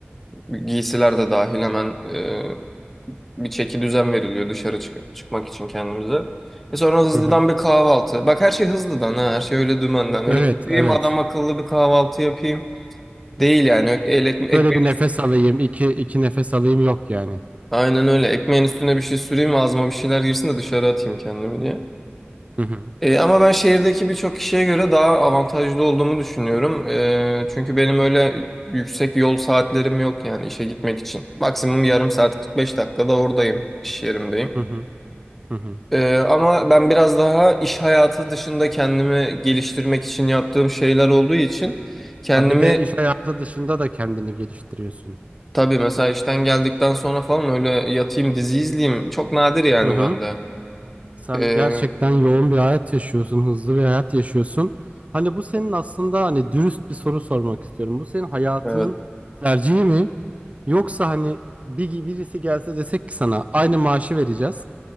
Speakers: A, in the centre; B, on the right.
A: E, giysiler de dahil hemen e, bir çeki düzen veriliyor dışarı çık- çıkmak için kendimize. E sonra hızlıdan
B: Hı hı.
A: bir kahvaltı. Bak her şey hızlıdan ha, her şey öyle dümenden. Öyle
B: Evet
A: oturayım
B: evet.
A: adam akıllı bir kahvaltı yapayım. Değil yani. Ek- El, ekme-
B: Böyle
A: ekmeğin,
B: bir nefes alayım iki iki nefes alayım yok yani.
A: aynen öyle. Ekmeğin üstüne bir şey süreyim ağzıma bir şeyler girsin de dışarı atayım kendimi diye.
B: Hı hı.
A: E, ama ben şehirdeki birçok kişiye göre daha avantajlı olduğumu düşünüyorum. E, çünkü benim öyle yüksek yol saatlerim yok yani işe gitmek için. Maksimum yarım saat 45 dakikada oradayım, iş yerimdeyim.
B: Hı hı. Hı hı.
A: Ee, ama ben biraz daha iş hayatı dışında kendimi geliştirmek için yaptığım şeyler olduğu için kendimi
B: Ha bir de iş hayatı dışında da kendini geliştiriyorsun.
A: tabii mesela işten geldikten sonra falan öyle yatayım dizi izleyeyim çok nadir yani
B: Hı hı.
A: bende.
B: Sen
A: Ee,
B: gerçekten yoğun bir hayat yaşıyorsun, hızlı bir hayat yaşıyorsun. Hani bu senin aslında hani dürüst bir soru sormak istiyorum. Bu senin hayatının
A: Evet.
B: tercihi mi? Yoksa hani bir birisi gelse desek ki sana aynı maaşı vereceğiz.